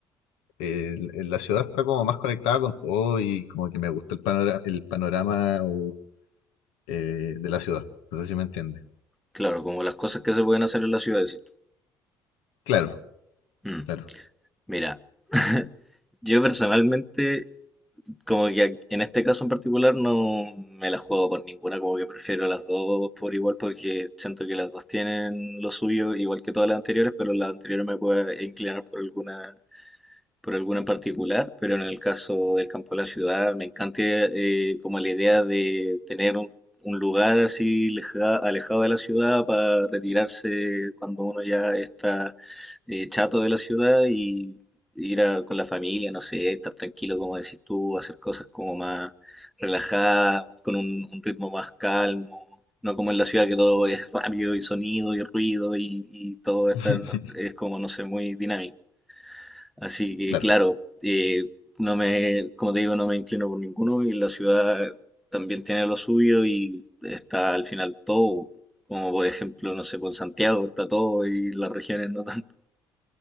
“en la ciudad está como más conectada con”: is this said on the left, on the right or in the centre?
Left